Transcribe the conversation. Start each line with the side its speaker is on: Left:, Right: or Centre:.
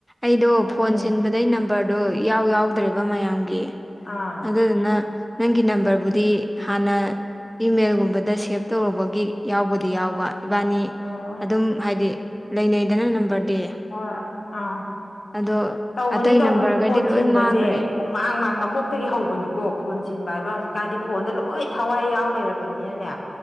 Centre: ꯑꯩꯗꯣ
Left: ꯑꯗꯨꯅꯤ
Centre: ꯐꯣꯟ ꯁꯤꯟꯕꯗꯩ ꯅꯝꯕꯔꯗꯣ ꯏꯌꯥꯎ ꯌꯥꯎꯗ꯭ꯔꯦꯕ ꯃꯌꯥꯝꯒꯤ
Left: ꯑꯥ
Centre: ꯑꯗꯨꯗꯨꯅ unintelligibleꯅꯪꯒꯤ ꯅꯝꯕꯔꯕꯨꯗꯤ ꯍꯥꯟꯅ ꯏꯃꯦꯜꯒꯨꯝꯕꯗ ꯁꯦꯞ ꯇꯧꯔꯨꯕꯒꯤ ꯌꯥꯎꯕꯨꯗꯤ ꯌꯥꯎꯕ ꯏꯕꯥꯅꯤ ꯑꯗꯨꯝ--unintelligible
Left: ꯑꯣ
Centre: ꯍꯥꯏꯗꯤunintelligibleꯂꯩꯅꯩꯗꯅ ꯅꯝꯕꯔꯗꯤ
Left: ꯍꯣꯏunintelligibleꯑꯥunintelligible
Centre: ꯑꯗꯣ
Left: ꯇꯧꯕꯅꯤ
Centre: ꯑꯇꯩ
Left: ꯇꯧꯕꯅꯤ
Centre: ꯅꯝꯕꯔꯈꯩꯗꯤ
Left: ꯐꯣꯟ
Centre: ꯂꯣꯏ
Left: ꯁꯤꯟꯕꯖꯦ
Centre: ꯃꯥꯡꯈ꯭ꯔꯦ
Left: ꯄꯨꯡꯃꯥꯡ ꯃꯥꯡ ꯃꯀꯣꯛꯇꯒꯤ ꯍꯧꯕꯅꯤꯀꯣ ꯐꯣꯟ ꯁꯤꯟꯕ ꯍꯥꯏꯕ ꯍꯧꯖꯤꯛꯀꯥꯟꯗꯤ ꯐꯣꯟꯗ ꯂꯣꯏ ꯊꯋꯥꯏ ꯌꯥꯎ ꯂꯩꯔꯕꯅꯤꯅꯅꯦ